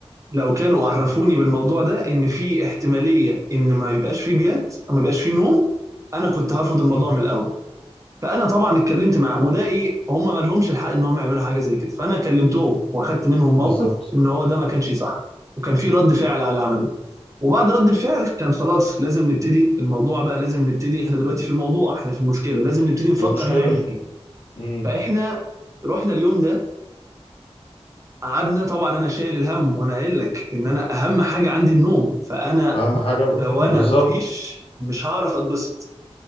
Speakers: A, on the right; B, on the left.
A: لو كانوا عرفوني بالموضوع ده ان في احتماليه ان ما يبقاش فيه بيات ما يبقاش فيه نوم انا كنت هرفض الموضوع
B: مم.
A: من الاول فانا طبعا اتكلمت معاهم وده ايه هم ما لهمش الحق ان هم يعملوا حاجه زي كده فانا كلمتهم واخدت منهم موقف
B: بالظبط
A: ان هو ده ما كانش صح وكان في رد فعل على اللي عملوه وبعد رد الفعل كان خلاص لازم نبتدي الموضوع بقى لازم نبتدي احنا دلوقتي في الموضوع احنا في المشكله لازم نبتدي نفكر
B: في المشكلة
A: هنعمل ايه
B: امم
A: فاحنا رحنا اليوم ده قعدنا طبعا انا شايل الهم وانا قايل لك ان انا اهم حاجه عندي النوم فانا
B: أهم حاجة ب...
A: لو انا
B: بالظبط
A: مفيش مش هعرف اتبسط